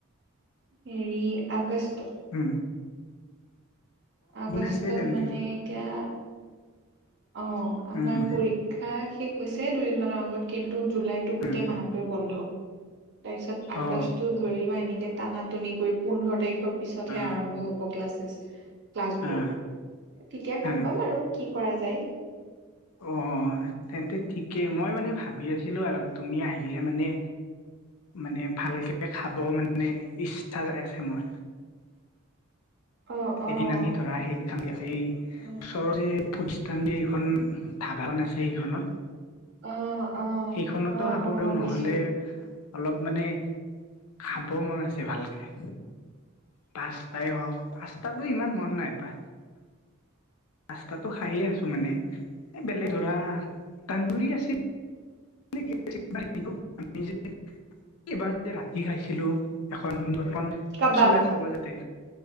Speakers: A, on the right; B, on the left.
A: হেৰি আগষ্টত।
B: হু।
A: আগষ্টত
B: আছে তেন্তে
A: মানে এতিয়া অ', আমাৰ
B: উম
A: পৰীক্ষা শেষ হৈছে দুইদিনমানৰ আগত কিন্তু জুলাইটো গোটেই
B: উম
A: মাহ টোৱে বন্ধ তাৰপিছত আগষ্টটো
B: অ
A: ধৰি লোৱা এনেকে টানা টানি কৰি, পোন্ধৰ তাৰিখৰ পিছতহে
B: অ
A: আৰম্ভ হ'ব ক্লাছেছ, ক্লাছবোৰ।
B: অ
A: তেতিয়া গম
B: অ
A: পাম আৰু কি কৰা যায়।
B: অ', তেন্তে ঠিকেই, মই মানে ভাবি আছিলোঁ আৰু তুমি আহিলে মানে মানে ভালকে খাব মানে ইচ্ছা আছে মোৰ।
A: অ', অ',
B: এদিন আমি ধৰা হেই খাম দিয়া, এই
A: উম,
B: ওচৰৰ যে ফুটচ এইখন যে এইখন ধাবাখন আছে সেইখনত।
A: অ', অ',
B: সেইখনতো
A: অ',
B: খাব
A: অ',
B: পাৰোঁ
A: গম
B: নহ'লে
A: পাইছোঁ।
B: অলপ মানে খাব মন আছে ভালকে। পাস্তাই হওঁক, পাস্তাটো ইমান মন নাই, পা পাস্তাটো খায়ে আছোঁ মানে এ, বেলেগ ধৰা তান্দুৰি আছি <unintelligible> এবাৰ যে ৰাতি খাইছিলোঁ এখন, এখন
A: কাবাব,
B: চৈ এত খাব যাতে,